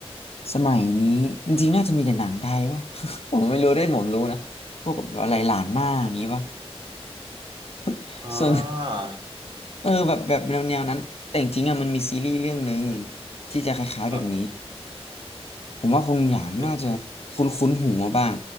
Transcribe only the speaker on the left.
สมัยนี้จริงๆน่าจะมีแต่หนังไทยป่ะ <laughs> ผมไม่รู้ด้วยผมรู้นะพวกแบบอะไรหลานมากอย่างงี้ป่ะ <laughs>
ส่วนเออแบบแบบแนวแนวนั้นแต่จริงๆอ่ะมันมีซีรีส์เรื่องหนึ่งที่จะคล้ายๆแบบนี้
ผมว่าคุณหยางน่าจะคุ้นคุ้นหูมาบ้าง